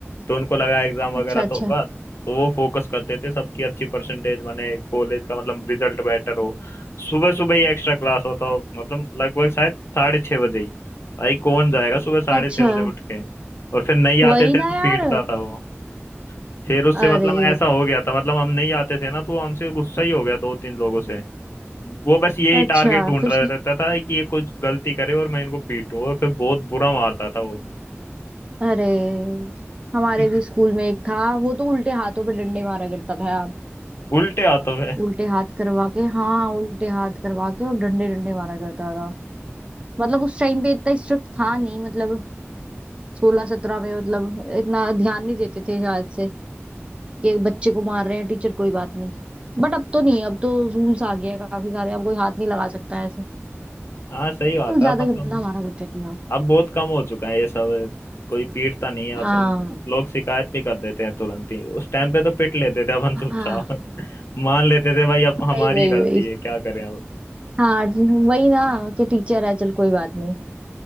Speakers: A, on the left; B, on the right.
A: तो उनको लगा एग्जाम वगैरह
B: अच्छा अच्छा
A: तो होगा तो वो फोकस करते थे सबकी अच्छी परसेंटेज बने कॉलेज का मतलब रिजल्ट बेटर हो सुबह सुबह ही एक्स्ट्रा क्लास होता हो मतलब लगभग शायद साढ़े छः बजे ही भाई कौन जाएगा सुबह साढ़े
B: अच्छा
A: छः बजे उठ के और फिर नहीं आते
B: वही
A: थे
B: ना
A: तो
B: यार
A: पीटता था वो फिर उससे
B: अरे
A: मतलब ऐसा हो गया था मतलब हम नहीं आते थे ना तो वो हमसे गुस्सा ही हो गया दो तीन लोगों से वो बस यही
B: अच्छा
A: टारगेट ढूंढ
B: फिर
A: रहा रहता था कि ये कुछ गलती करे और मैं इनको पीटूं और फिर बहुत बुरा मारता था वो
B: अरे हमारे
A: <laughs>
B: भी स्कूल में एक था वो तो उल्टे हाथों पे डंडे मारा करता था यार
A: उल्टे हाथों में
B: उल्टे हाथ करवा के हाँ उल्टे हाथ करवा के और डंडे डंडे मारा करता था मतलब उस टाइम पे इतना स्ट्रिक्ट था नहीं मतलब सोलह सत्रह में मतलब इतना ध्यान नहीं देते थे शायद से कि एक बच्चे को मार रहे हैं टीचर कोई बात नहीं बट अब तो नहीं अब तो रूल्स आ गया है काफी सारे अब कोई हाथ नहीं लगा सकता है
A: हाँ सही बात
B: तुम
A: है
B: ज्यादा
A: मतलब
B: गंदा मारा करते थे यार
A: अब बहुत कम हो चुका है ये सब कोई पीटता नहीं है
B: आ,
A: मतलब लोग शिकायत भी कर देते हैं तुरंत ही उस टाइम पे तो पिट लेते थे अब हम चुपचाप
B: हाँ
A: <laughs> मान लेते थे भाई अब हमारी
B: वही वही
A: गलती
B: वही
A: है क्या करें अब
B: हाँ वही ना कि टीचर है चल कोई बात नहीं